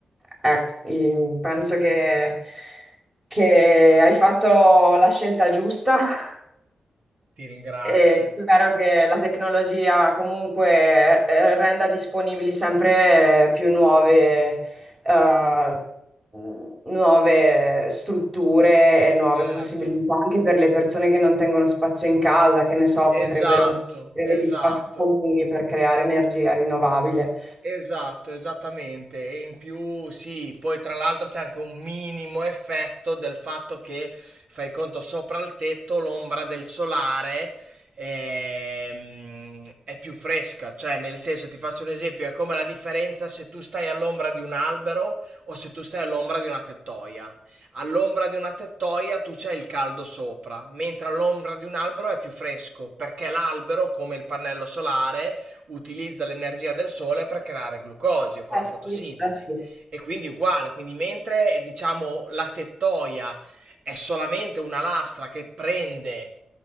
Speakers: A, on the right; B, on the right.
A: Ecco, in- penso che, che hai fatto la scelta giusta
B: ti ringrazio.
A: e
B: cioè,
A: spero che la tecnologia comunque eh, renda disponibili sempre più nuove, eh, nuove strutture e nuove
B: certo,
A: possibilità anche per le persone che non tengono spazio in casa, che ne so, potrebbero
B: esatto,
A: avere
B: esatto.
A: degli spazi comuni per creare energia rinnovabile.
B: Esatto, esattamente. E in più, sì, poi tra l'altro c'è anche un minimo effetto del fatto che fai conto sopra il tetto l'ombra del solare ehm, è più fresca, cioè nel senso ti faccio un esempio, è come la differenza se tu stai all'ombra di un albero o se tu stai all'ombra di una tettoia. All'ombra di una tettoia tu c'hai il caldo sopra, mentre all'ombra di un albero è più fresco, perché l'albero, come il pannello solare, utilizza l'energia del sole per creare glucosio con
A: Eh
B: la fotosintesi
A: sì, eh sì,
B: e quindi uguale, quindi mentre diciamo la tettoia è solamente una lastra che prende